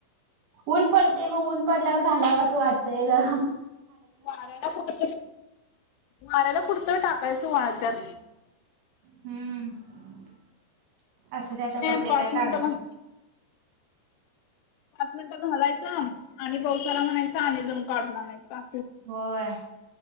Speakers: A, on the right (about 70°); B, on the left (about 85°).
A: ऊन पडतेय मग ऊन पडल्यावर घालावं असं वाटतंय गरम.
B: वाऱ्याला कुडतं वाऱ्याला कुडतं टाकायचं वाच्यात.
A: हम्म असं त्याचा
B: ते
A: कपडे
B: पाच
A: काय
B: मिनिटं
A: टाळत नाही.
B: घा पाच मिनिटं घालायचं आणि पावसाला म्हणायच आणि जऊन काढून आणयचा.
A: होय